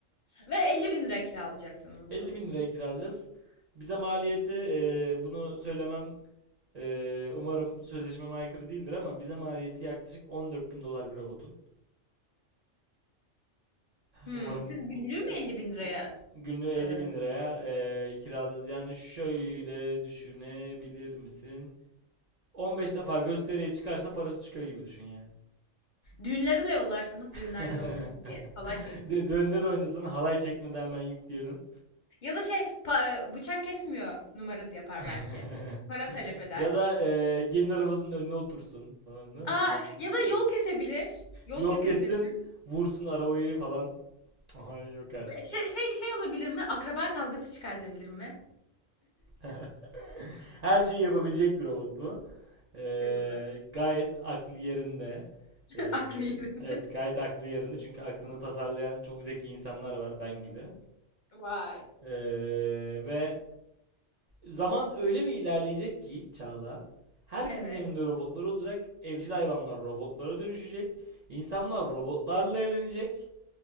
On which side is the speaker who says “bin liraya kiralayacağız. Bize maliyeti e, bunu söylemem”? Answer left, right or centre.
Right